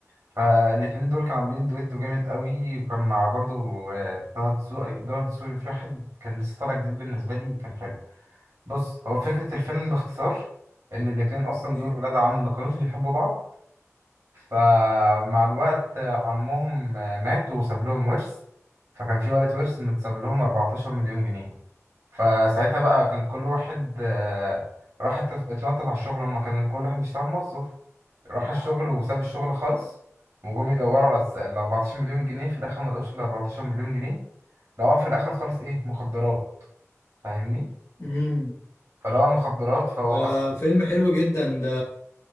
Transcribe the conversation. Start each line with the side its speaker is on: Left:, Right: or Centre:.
Right: فالاتنين دول كانوا عاملين دويتو جامد قوي وكان مع برضو آه، طه دسوقي طه دسوقي في واحد كان لسه طالع جديد بالنسبة لي كان حلو بص هو فكرة الفيلم باختصار إن الاتنين أصلا
Left: ايه
Right: دول ولاد عم ما كانوش بيحبوا بعض فمع الوقت آه، عمهم آه، مات وساب لهم ورث فكان في ولد ورث متساب لهم 14 مليون جنيه فساعتها بقى كان كل واحد آه، راح ات- اتنطط على الشغل هما كان كل واحد بيشتغل موظف
Left: اقنعه
Right: راح الشغل وساب الشغل خالص وجم يدوروا على الس- ال 14 مليون جنيه في الاخر ما لقوش ال 14 مليون جنيه لقوها في الاخر خالص ايه مخدرات فاهمني
Left: امم
Right: فلقوها مخدرات فهو
Left: ده
Right: اصلا
Left: فيلم حلو جدا ده